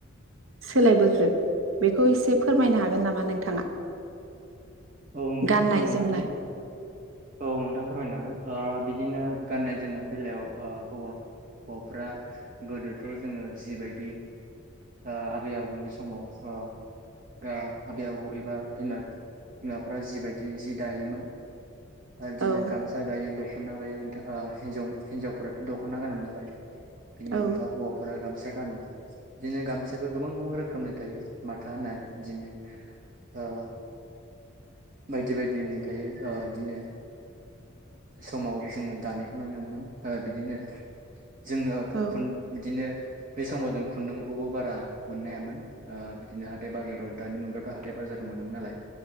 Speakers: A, on the right; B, on the right.
A: सोलायबोखो बेखौ एसे फोरमायनो हागोन नामा नोंथाङा?
B: औ नोंथां
A: गाननाय
B: फोरमायनो
A: जोमनाय
B: हागोन औ नोंथां फोरमायनो हागोन ओ बि दिनो गाननाय जोमनायनि बेलायाव ओ हौवा हौवाफ्रा गोदोथ' जोङो जिबायदि ओ आबै आबौनि समाव ओ आ आबै आबौ एबा बिमा बिमाफ्रा जिबायदि जि दायोमोन आरो बिदिनो
A: औ
B: गामसा दायो दख' ना गायो नोंथा ओ हिन्जाव हिन्जावफोराथ' दख'ना गानो नालाय बेनि
A: औ
B: अनगा हौवाफोरा गामसा गानो। दिनो गाम सायाबो गोबां गोबां रोखोमनि थायो। माथा होनाय बिदिनो ओ बायदि बायदिनि थायो ओ इदिनो समाव जोङो दानायखौ नुनो मोन ओ बिदिनो‌ जोङो
A: औ
B: खुन इदिनो बे समाव जों खुन्दुंखौबो बारा मोननो हायामोन ओ बिदिनो हाथाय बाजाराव दानि मुगायावथ' हाथाय बाजाराव मोनोमोन नालाय।